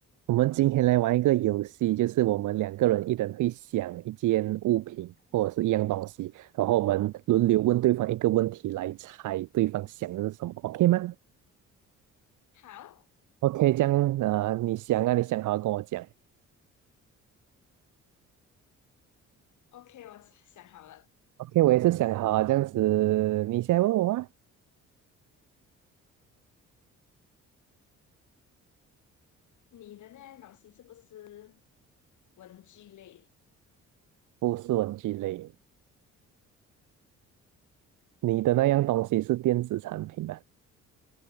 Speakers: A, on the right; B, on the left.
A: 我们今天来玩一个游戏，就是我们两个人一人会想一件物品或者是一样东西，然后我们轮流问对方一个问题来猜对方想的是什么，OK 吗
B: 好
A: ？OK，这样呃，你想啊，你想好跟我讲。
B: ，OK，我想好了，
A: OK，我也是想好啊，这样子，你先问我啊，
B: 你的那样东西是不是文具类，
A: 不是文具类，你的那样东西是电子产品吧